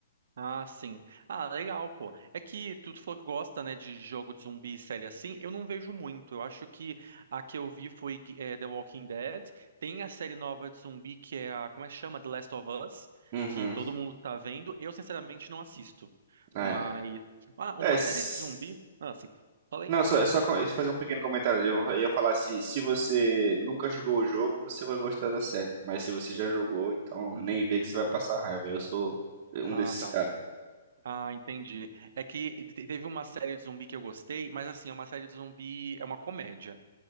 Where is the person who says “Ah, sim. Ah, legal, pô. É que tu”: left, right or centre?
Right